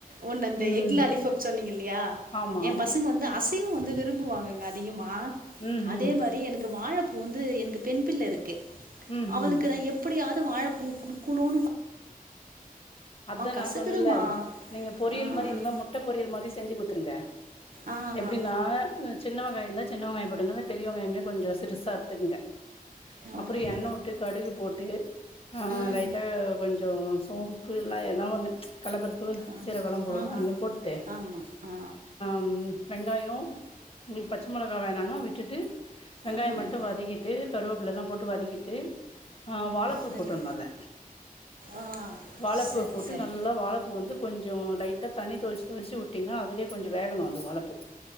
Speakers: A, on the right; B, on the left.
A: ஒன் அந்த
B: ம்.
A: எக் லாலிபப் சொன்னீங்க யா
B: ஆமா.
A: ஏ பசங்க வந்து அசைவ வந்து விரும்புவங்கங்க அதிகமாக ம
B: ம்,
A: அதே
B: ம்.
A: மாரி எனக்கு வாழப்பூ இப்போ வந்து எனக்கு பெண் பிள்ள ருக்கு
B: ம்,
A: அவளுக்குதா எப்டியாச் வாழபூ குடுக் குனு
B: அதா
A: கசக்குதும்மா.
B: நா சொன்னல நீங்க பொரியல்
A: ஆ.
B: மாரி இந்த மாரி முட்டை பொறியல் மாரி செஞ்சு குடுத்ருங்க
A: ஆ
B: எப்டினா
A: ஆ
B: சின்ன வெங்காயம்இருந்தா சின்வெங்காய போடுங்க பெரியவங்காயம்மே கொஞ்சம் சிறுசா ங்க அப்புறம்
A: ஓகே
B: எண்ணெ வுட்டு கடுகு போட் ட் ஆ
A: ம்
B: லைட்டா கொஞ்ச சோம்பு இல்ல ஏதா ஒண்ணு கல்லப்பருப்பு
A: ஆ
B: சீரக்கழம் போடனும்ல
A: ஆ
B: அந்த மாதிரி போட்டுட்டு
A: ஆமா ஆ
B: ம் வெங்காயம் உங்களுக்கு பச்ச மிளகா வேணாம்னா விட்டுட்டு வெங்காயம்
A: ம்
B: மட்டும்
A: ம்
B: வதக்கிட்டு கருவேப்பல எல்லாம் போட்டு வதக்கிட்டு ஆ வாழப்பூ
A: சரி
B: போட்டுடனும் அதுல
A: ஆ
B: வாழப்பு
A: சரி
B: போட்டு
A: சரி
B: நல்லா வாழ வந்து கொஞ்சம் லைட்டாக தண்ணி தொளிச்சு தொளிச்சி வுட்டீங்கன்னா அதுலே கொஞ்சம் வேகணும் அந்த வாழப்பு